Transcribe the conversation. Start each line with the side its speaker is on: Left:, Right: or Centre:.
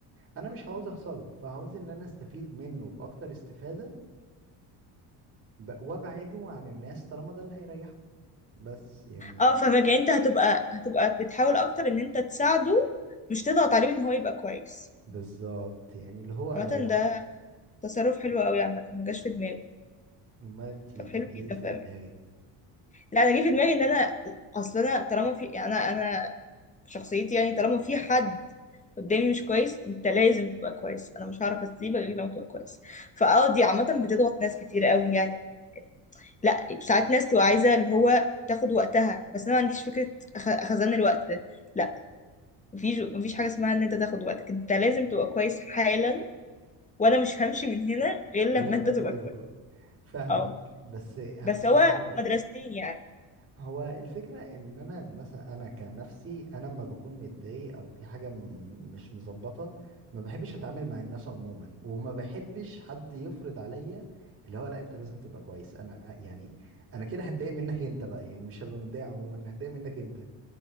Right: انا مش عاوز اخسره فعاوز ان انا استفيد منه باكتر استفادة ب- وابعده عن الناس طالما ده اللي هيريحه بس يعني
Left: اه فاهمك يعني انت هتبقى هتبقى بتحاول اكتر ان انت تساعده مش تضغط عليه ان هو يبقى كويس
Right: بالظبط يعني اللي هو اريحه
Left: عامة ده تصرف حلو قوي عامة ما جاش في دماغي
Right: امال انت
Left: طب
Right: كان
Left: حلو
Right: ايه
Left: جدا
Right: اللي في
Left: فاهم
Right: دماغي
Left: لا انا جه في دماغي ان انا اصل انا طالما في يعني انا في شخصيتي يعني طالما في حد قدامي مش كويس انت لازم تبقى كويس انا مش هعرف اسيبك غير لما تبقى كويس فاه دي عامه بتضغط ناس كتير قوي يعني إن- لا ساعات ناس تبقى عايزه اللي هو تاخد وقتها بس انا ما عنديش فكره خ- خزان الوقت ده لا مفيش مفيش حاجه اسمها ان انت تاخد وقتك انت لازم تبقى كويس حالا وانا مش همشي من هنا غير لما
Right: لما
Left: انت
Right: انت
Left: تبقى
Right: تبقى
Left: كويس
Right: كويس فاهمك
Left: اه
Right: بس ه-
Left: بس
Right: اصل
Left: هو
Right: هقول لك
Left: مدرستين يعني
Right: هو الفكره ان انا مثلا انا كنفسي انا لما بكون متضايق او في حاجه م- مش مظبطه ما بحبش اتعامل مع الناس عموما وما بحبش حد يفرض عليا اللي هو لا انت لازم تبقى كويس انا يعني انا كده هتضايق منك انت بقى يعني مش هبقى متضايق عموما هتضايق منك انت